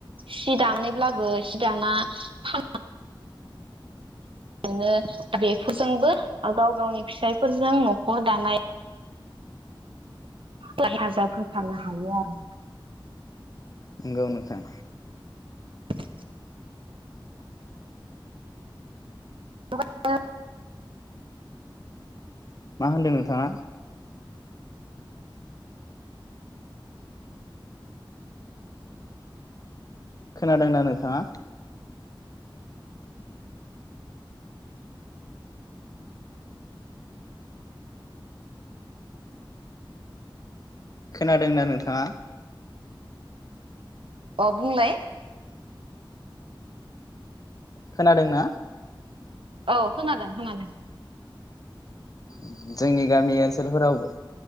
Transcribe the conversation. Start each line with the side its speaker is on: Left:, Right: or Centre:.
Right: सि दानैब्लाबो सि दाना फान नानै दा बेफोरजोंबो गाव गावनि फिसायफोरजों न'खर दानाय हेफाजाब होफानो हायो आरो।
Left: नोंगौ नोंथां
Right: <inaudible> <unintelligible>
Left: मा होनदों नोंथाङा? खोनादों ना नोंथाङा? खोनादोंना नोंथाङा?
Right: अ बुंलाय?
Left: खोनादोंना?
Right: औ खोनादों। खोनादो।
Left: उम। जोंनि गामि ओनसोलफोरावबो